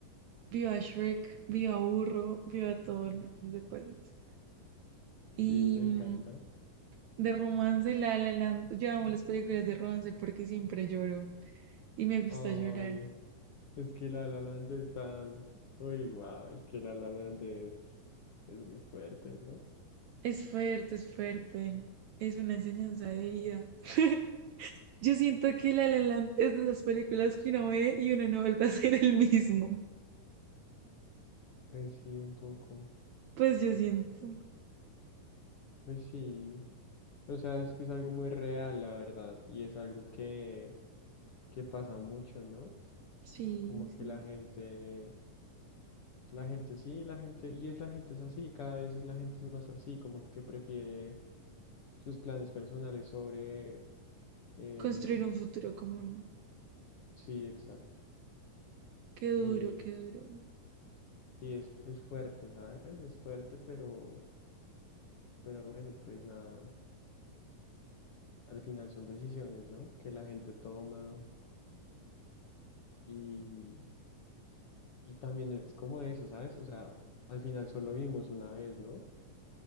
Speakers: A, on the right; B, on the left.
A: Viva Shrek, viva Burro, viva todos los secuaces. Y
B: Sí, me
A: mm,
B: encanta.
A: de romance, La La Land. Yo amo las películas de romance porque siempre lloro. y me gusta
B: Ay,
A: llorar.
B: Es que La La Land es tan... Uy, wow, es que La La Land es, es muy fuerte, ¿no?
A: Es fuerte, es fuerte. Es una enseñanza de vida. <laughs> Yo siento que La La Land es de esas películas que uno ve y uno no vuelve a ser el mismo.
B: Pues sí, un poco.
A: Pues yo siento.
B: Pues sí. O sea, es que es algo muy real, la verdad. Y es algo que, que pasa mucho, ¿no?
A: Sí,
B: Como
A: sí.
B: que la gente... La gente sí, la gente... Y es la gente es así, cada vez es- la gente es más así, como que prefiere sus planes personales sobre... eh,
A: Construir un futuro común.
B: sí, exacto.
A: Qué duro,
B: Y,
A: qué duro.
B: y es, es fuerte, ¿sabes? Es fuerte, pero... Pero bueno, pues nada, al final son decisiones, ¿no? Que la gente toma y, y también es como eso, ¿sabes? O sea, al final solo vivimos una vez, ¿no?